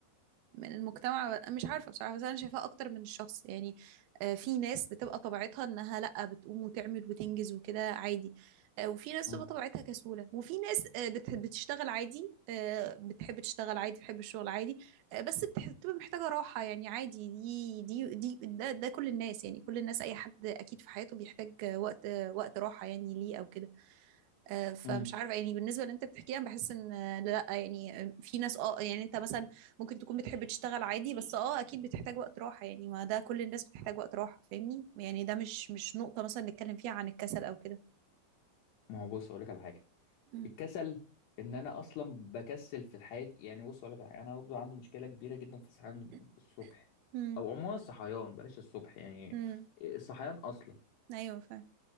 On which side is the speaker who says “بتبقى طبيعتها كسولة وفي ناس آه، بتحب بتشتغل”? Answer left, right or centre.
Right